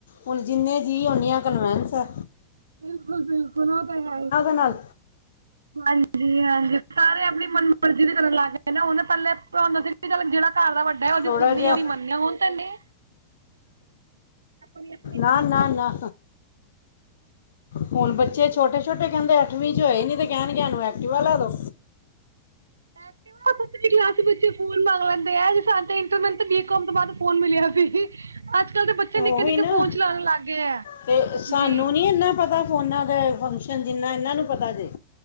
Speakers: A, on the left; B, on the right.
A: ਹੁਣ ਜਿੰਨੇ ਜੀ ਓਨੀਆਂ ਕਨਵੈਂਸਏ ਐ।
B: ਬਿਲਕੁਲ- ਬਿਲਕੁਲ ਇਹ ਤਾਂ ਹੈ ਹੀ ਹੈ!
A: ਨਾਲ
B: ਹਾਂਜੀ -ਹਾਂਜੀ ਸਾਰੇ ਆਪਣੀ ਮਨ ਮਰਜ਼ੀ ਦੇ ਕਰਨ ਲੱਗ ਗਏ ਨਾ, ਉਹਨੇ ਪਹਿਲੇ ਭਾਨੂੰ ਚ ਜਿਹੜਾ ਘਰ ਦਾ ਵੱਡਾ ਉਹਦੀ
A: ਥੋੜਾ
B: ਸੁਣਨੀ
A: ਜਿਹਾ
B: ਓਦੀ ਮੰਨਨੀਆਂ ਹੋੁਣ ਤੈਨੇ ਆਪਣੀ- ਆਪਣੀ।
A: ਨਾ- ਨਾ -ਨਾ। ਹੁਣ ਬੱਚੇ ਛੋਟੇ- ਛੋਟੇ ਕਹਿੰਦੇ ਅੱਠਵੀਂ ਚ ਹੋਏ ਨੀ ਤੇ ਕਹਿਣਗੇਨੂੰ ਐਕਟਿਵਾ ਲੈ ਦੋ।
B: ਐਕਟੀਵਾ ਦੂਸਰੀ ਕਲਾਸ ਚ ਬੱਚੇ ਫੋਨ ਮੰਗ ਲੈਂਦੇ ਆ, ਸਾਡੇ ਮੈਨੂੰ ਤਾਂ ਬੀਕੌਮ ਤੋਂ ਬਾਅਦ ਫੋਨ ਮਿਲਿਆ ਸੀ। ਅੱਜ- ਕਲ ਦੇ ਬੱਚੇ ਨਿੱਕੇ
A: ਉਹੀ
B: -ਨਿੱਕੇ
A: ਨਾ
B: ਫੋਨ ਚਲਣ ਲੱਗ ਗਏ ਆ
A: ਤੇ ਸਾਨੂੰ
B: ਜੀ!
A: ਨਹੀਂ ਇੰਨਾ ਪਤਾ ਫੋਨਾ ਦੇ ਫੰਕਸ਼ਨ ਜਿੰਨਾ ਇਹਨਾਂ ਨੂੰ ਪਤਾ ਜੇ